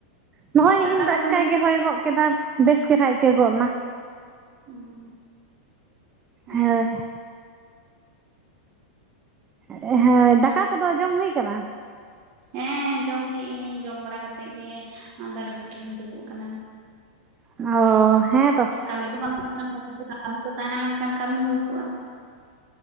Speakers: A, on the right; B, on the right.
A: ᱱᱚᱜᱼᱚᱭ
B: ᱫᱟᱠᱟ
A: ᱤᱧ <unintelligible> ᱫᱚ
B: ᱠᱚᱫᱚᱢ
A: ᱟᱡᱠᱟ ᱜᱮᱭ ᱦᱚᱭ ᱠᱚ᱾ ᱠᱮᱫᱟ ᱾ ᱵᱮᱥ ᱪᱮᱦᱨᱟ ᱟᱹᱭᱠᱟᱹᱣ
B: ᱚ
A: ᱜᱚᱫ ᱱᱟ᱾
B: ᱦᱩᱸ᱾ ᱦᱮᱸ
A: ᱦᱳᱭ ᱾ ᱦᱳᱭ, ᱫᱟᱠᱟ ᱠᱚᱫᱚ ᱡᱚᱢ ᱦᱩᱭ ᱟᱠᱟᱱᱟ?
B: ᱦᱮᱸ ᱡᱚᱢ ᱠᱮᱜ ᱤᱧ, ᱡᱚᱢ ᱵᱟᱲᱟ ᱠᱟᱛᱮᱜ ᱜᱮ ᱫᱟᱨᱮ ᱵᱩᱴᱟᱹᱨᱤᱧ ᱫᱩᱲᱩᱵ ᱟᱠᱟᱱᱟ᱾
A: ᱚ ᱦᱮᱸᱼᱼ
B: ᱠᱟᱹᱢᱤ ᱠᱚ ᱵᱟᱹᱱᱩᱜ ᱠᱷᱟᱱ ᱠᱷᱟᱹᱛᱤᱨ ᱛᱮ, ᱠᱟᱹᱢᱤ ᱠᱚ ᱛᱟᱦᱮᱸ ᱞᱮᱱᱠᱷᱟᱱ ᱠᱟᱹᱢᱤ ᱦᱩᱭ ᱠᱚᱜᱼᱟ᱾